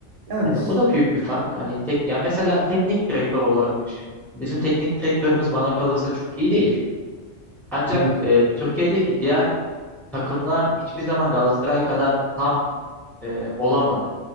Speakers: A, on the right; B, in the centre.
A: Yani
B: Hani
A: ş-
B: bu da büyük bir fark. Hani tek ya mesela teknik direktör olarak düşün. Bizim teknik direktörümüz bana kalırsa çok iyi değil. Ancak
A: tabii ki.
B: e, Türkiye'deki diğer takımlar hiçbir zaman Galatasaray kadar tam e, olamadı.